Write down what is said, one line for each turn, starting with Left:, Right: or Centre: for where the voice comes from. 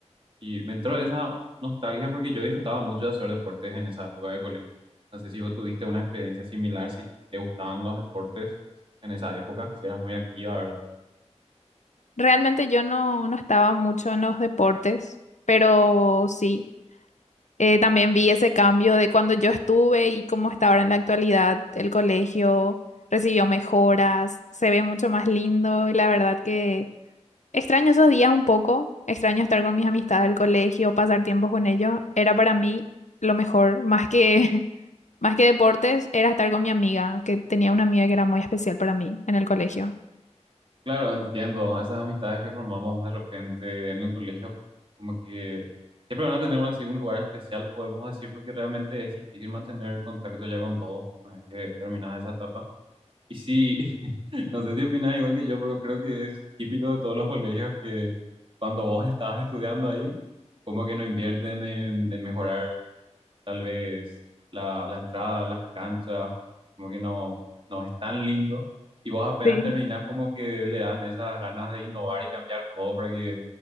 Right: Y me entró esa nostalgia porque yo disfrutaba mucho de hacer deportes en esa época de colegio. No sé si vos tuviste una experiencia similar, si te gustaban los deportes en esa época, si eras muy activa, ¿verdad?
Left: Realmente yo no, no estaba mucho en los deportes, pero sí, eh, también vi ese cambio de cuando yo estuve y cómo está ahora en la actualidad. El colegio recibió mejoras, se ve mucho más lindo y la verdad que Extraño esos días un poco, extraño estar con mis amistades del colegio, pasar tiempo con ellos, era para mí lo mejor, más que, <laughs> más que deportes, era estar con mi amiga, que tenía una amiga que era muy especial para mí en el colegio.
Right: Claro, entiendo. Esas amistades que formamos de repente en el colegio, como que siempre van a tener un, así, un lugar especial, podemos decir, porque realmente es difícil mantener el contacto ya con todos una vez que terminas esa etapa. Y sí, <laughs> no sé si opinas igual que yo, pero creo que es típico de todos los colegios que cuando vos estás estudiando ahí, como que no invierten en, en mejorar Tal vez la, la entrada, las canchas, como que no, no es tan lindo. Y vos apenas
Left: Sí.
Right: terminás, como que le dan esas ganas de innovar y cambiar todo para que